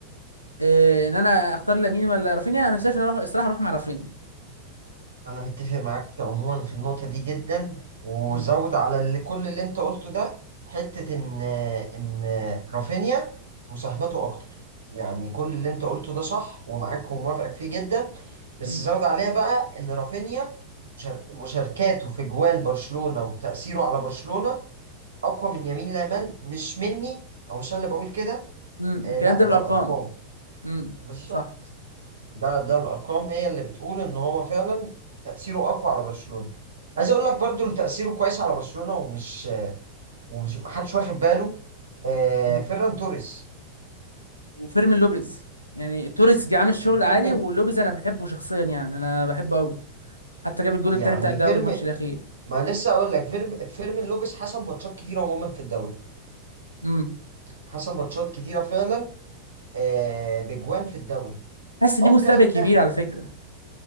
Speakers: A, on the left; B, on the right.
A: آه، ان انا اختار لامين ولا رافينيا انا شايف ان انا اروح الصراحه اروح مع رافينيا
B: انا متفق معاك عموما في النقطه دي جدا وزود
A: امم
B: على اللي كل اللي انت قلته ده حته ان ان رافينيا مساهمته اكتر يعني كل اللي انت قلته ده صح ومعاك وموافقك فيه جدا بس
A: امم
B: زود عليها بقى ان رافينيا شر- مشاركاته في جوان برشلونه وتاثيره على برشلونه اقوى من يمين لامال مش مني او مش انا اللي بقول كده
A: امم
B: آه
A: الكلام
B: لا
A: ده
B: ده
A: بالارقام
B: الارقام
A: امم
B: بالظبط
A: صح
B: ده
A: صح
B: ده الارقام هي اللي بتقول ان هو فعلا تاثيره اقوى على برشلونه عايز اقول لك برضو اللي تاثيره كويس على برشلونه ومش ومش محدش واخد باله آه
A: امم
B: فيران توريس
A: وفيرمين لوبيز يعني توريس جه عامل شغل
B: وفيرمين
A: عالي ولوبيز انا بحبه شخصيا يعني انا بحبه قوي حتى جاب الجون
B: يعني
A: التاني بتاع الدوري
B: فيرم
A: الماتش الاخير
B: ما لسه اقول لك فيرم فيرمين لوبيس حسم ماتشات كتيره عموما في الدوري
A: امم
B: حسم ماتشات كتيره فعلا آه بجوان في الدوري
A: حاسس ليه
B: اه
A: مستقبل
B: الكلام
A: كبير
B: ده
A: على فكره